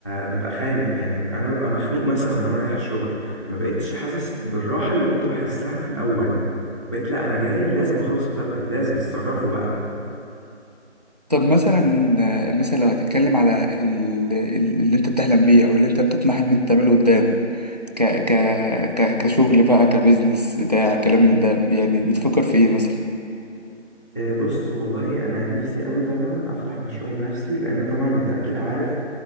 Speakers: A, on the left; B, on the right.
A: بيبقى خانق يعني بيبقى انا ببقى مخنوق مثلا وانا رايح الشغل ما بقتش حاسس بالراحه اللي كنت بحسها في الاول بقيت لا انا جاي لازم اخلص التارجت لازم اتصرفوا بقى
B: طب مثلا مثلا لو هتتكلم على ال- ال- اللي انت بتحلم بيه او اللي انت بتطمح ان انت تعمله قدام ك ك ك كشغل بقى كبزنس بتاع كلام من ده يعني بتفكر في ايه مثلا
A: آه، بص والله انا نفسي قوي طبعا افتح مشروع لنفسي لان طبعا انت اكيد عارف